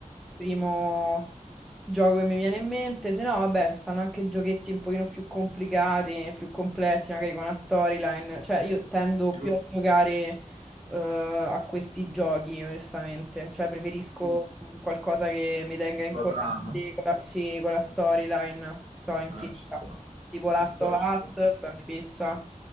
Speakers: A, in the centre; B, on the right.
A: primo gioco che mi viene in mente, se no, vabbè, ci stanno anche giochetti un pochino più complicati, più complessi, magari con una storyline. Cioè, io tendo
B: tipo
A: più a giocare eh, a questi giochi, onestamente. Cioè, preferisco
B: mm,
A: qualcosa che mi tenga incollato
B: la trama.
A: con la, sì, con la storyline. So, in
B: Ah,
A: fissa.
B: ci sta,
A: Tipo Last
B: ci sta,
A: of
B: ci sta.
A: Us, sto in fissa.